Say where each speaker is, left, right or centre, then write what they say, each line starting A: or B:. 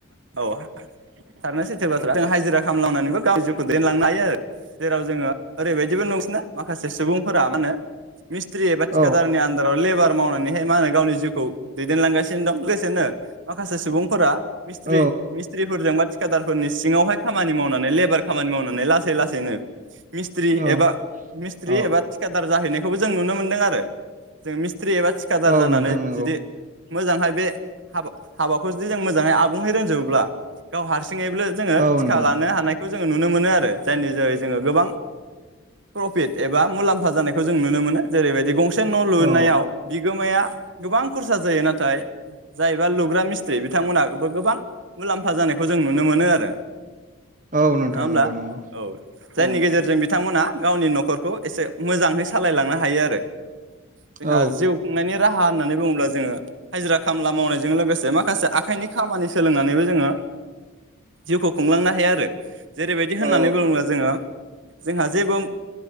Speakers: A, on the right; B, on the right.
A: औ थारनो सैथो बाथ्रा जों हाजिरा खालामलांनानैबो गावनि जिउखौ दैेनलांनो हायो आरो जेराव जोङो ओरैबायदिबो नोंसना माखासे सुबुंफोरा मा होनो मिस्त्रि एबा
B: औ
A: थिकादारनि आन्दाराव लेबार मावनानैहाय मा होनो गावनि जिउखौ दैदेनलांगासिनो दं लोगोसेनो माखासे सुबुंफोरा मिस्थ्रि
B: औ
A: मिस्थ्रिफोरजोंबा थिखादारफोरनि सिङावहाय खामानि मावनानै लेबार खामानि मावनानै लासै लासैनो मिस्ट्रि
B: औ
A: एबा मिस्ट्रि
B: औ
A: एबा थिखादार जाहैनाय खौबो जों नुनो मोनदों आरो जों मिस सथ्रि एबा थिखादार
B: औ
A: जानानै
B: नोंथां नंगौ
A: जुदि मोजांहाय बे हाबा हाबाखौ जुदि जों मोजांहै आबुंडै़ रोंजोबोब्ला गाव हारसिं यैबो जोंओ
B: औ
A: थिका
B: नोंथां
A: लानो हानाय खौ जोङो नुनो मोनो आरो जायनि जेरै जोङो गोबां प्रफिट एबा मुलाम्फा जानायखौ जों नुनो मोनो जेरैबायदि गंसे न' लुनायाव
B: औ
A: बिगोमाया गोबां खरसा जायो नाथाय जायबा लुग्रा मिस्थ्रि बिथांमोनाबो गोबां मुलाम्फा जानायखौ जों नुनो मोनो आरो
B: औ
A: नङा
B: नोंथां
A: होमब्ला
B: नंगौ नंगौ
A: औ जायनि
B: औ नोंथां
A: गेजेरजों बिथांमोना गावनि न'खरखौ एसे मोजाङै सालायलांनो हायो आरो जोंहा
B: औ
A: जिउ खुंनायनि राहा होननानै बुङोब्ला जोङो हाजिरा खामला मावनायजों लोगोसे माखासे आखाइनि खामानि सोलोंनानैबो जोङो जिउखौ खुंलांनो हायो आरो जेरैबायदि होननानै
B: औ
A: बुङोब्ला जोङो जोंहा जेबो